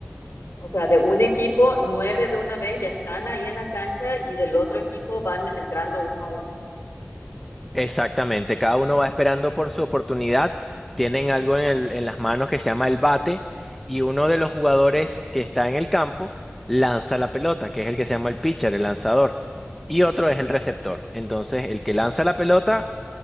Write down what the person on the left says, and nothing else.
O sea, de un equipo, nueve de una vez ya están ahí en la cancha y del otro equipo van entrando uno a uno.